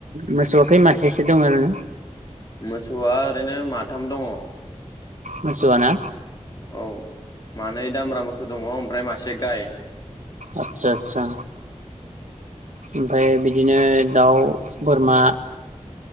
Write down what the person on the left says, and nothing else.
मोसौआ ओरैनो माथाम दङ'।
औ मानै दामब्रा मोसौ दङ' ओमफ्राय मासे से गाय।